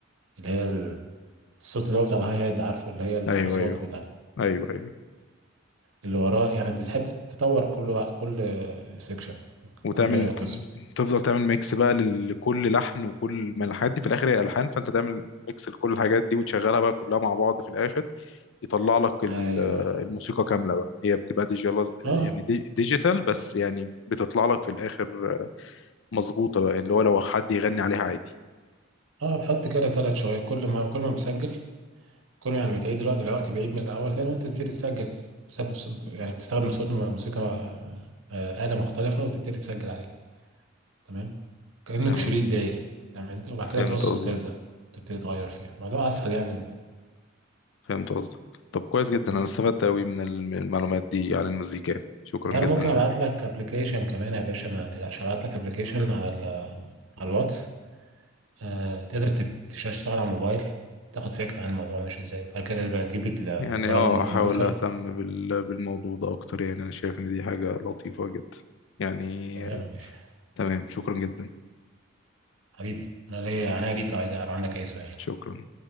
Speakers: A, on the right (about 80°); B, on the left (about 60°).
A: اللي هي ال- الصوت اللي هو بتاع الهاي هات عارفه اللي هي التصوت
B: ايوه ايوه
A: بتاعت
B: ايوه ايوه
A: اللي وراه يعني بتحب تطور كل كل سيكشن
B: وتعمل
A: كل قسم
B: تفضل تعمل ميكس بقى لل- لكل لحن وكل ما الحاجات دي في الاخر هي الحان فانت تعمل ميكس لكل الحاجات دي وتشغلها بقى كلها مع بعض في الاخر يطلع لك ال-
A: ايوه
B: الموسيقى كامله بقى هي بتبقى ديجيتال
A: اه
B: يعني دي... ديجيتال بس يعني بتطلع لك في الاخر مظبوطة بقى اللي هو لو حد يغني عليها عادي
A: اه بحط كده ثلاث شرايط كل ما كل ما بسجل كل ما يعني بتعيد الوقت الوقت بيعيد من الاول تاني وانت بتبتدي تسجل بسبب سب... يعني بتستخدم صوت م- موسيقى آه، آلة مختلفة وتبتدي تسجل عليه تمام كأنك
B: تمام
A: شريط داير تمام انت وبعد
B: فهمت
A: كده تقص
B: قصدك
A: وتلزق وتبتدي تغير فيها الموضوع
B: ف-
A: اسهل يعني
B: فهمت قصدك طب كويس جدا
A: مم.
B: أنا استفدت أوي من الم- المعلومات دي عن المزيكا شكرا
A: لا انا
B: جدا
A: ممكن
B: يعني
A: ابعت لك ابلكيشن كمان يا باشا ما تقلقش هبعت لك ابلكيشن على ال... على الواتس آه، تقدر تب- تش- تشتغل على الموبايل تاخد فكرة عن الموضوع ماشي ازاي وبعد كده بقى تجيب ال- البرامج
B: يعني اه
A: الكمبيوتر
B: هحاول أهتم بال- بالموضوع ده أكتر يعني أنا شايف إن دي حاجة لطيفة جدا يعني
A: تمام
B: آه،
A: يا باشا
B: تمام شكرا جدا
A: حبيبي انا ليا عناية ليك لو عايز لو عندك اي سؤال
B: شكرا